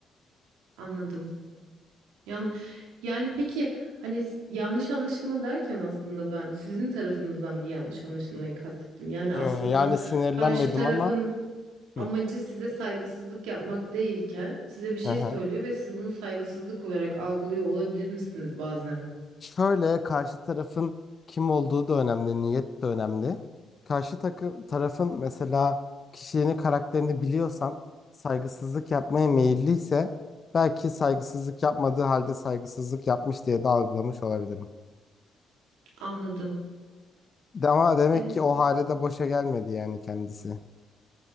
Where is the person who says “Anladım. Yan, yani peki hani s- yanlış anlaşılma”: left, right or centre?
Right